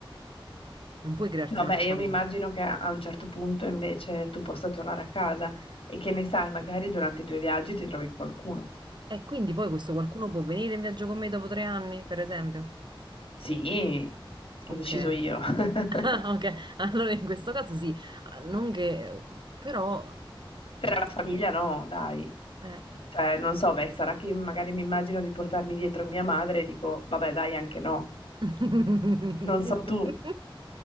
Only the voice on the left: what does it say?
no,
beh, io
mi immagino che a a un certo punto invece tu possa tornare a casa e che ne sai, magari durante i tuoi viaggi ti trovi qualcuno.
Sì,
l'ho deciso
io. <laughs>
Per la famiglia no, dai.
Cioè, non so, beh, sarà che magari mi immagino di portarmi dietro mia madre e dico, vabbè, dai, anche no.
Non so tu.